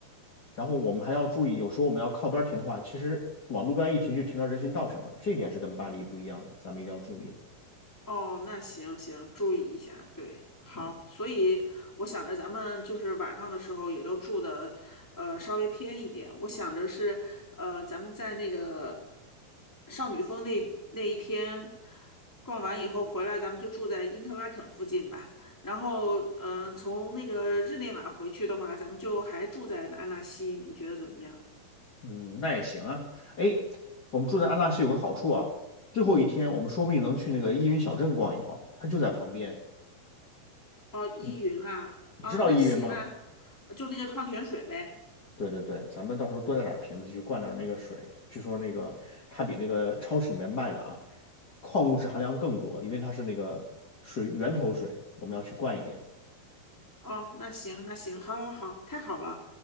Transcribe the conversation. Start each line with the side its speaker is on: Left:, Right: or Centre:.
Left: 然后我们还要注意，有时候我们要靠边停的话，其实往路边一停就停到人行道上了，这点是跟巴黎不一样的，咱们一定要注意了。
Centre: 哦，那行行，注意一下。对，好，
Left: 嗯
Centre: 所以我想着咱们就是晚上的时候也都住的，呃，稍微偏一点。我想着是，呃，咱们在那个少女峰那那一天逛完以后回来，咱们就住在因特拉肯附近吧。然后，嗯、从那个日内瓦回去的话，咱们就还住在安纳西，你觉得怎么样？
Left: 嗯，那也行啊。哎，我们住在安纳西有个好处啊，最后一天我们说不定能去那个依云小镇逛一逛，它就在旁边。
Centre: 哦，依云啊，
Left: 你你知道依云吗？
Centre: 哦，那行啊，就那个矿泉水呗。
Left: 对对对，咱们到时候多带点瓶子去灌点那个水，据说那个它比那个超市里面卖的啊，矿物质含量更多，因为它是那个水源头水，我们要去灌一点。
Centre: 哦，那行，那行，好，好，好，太好了。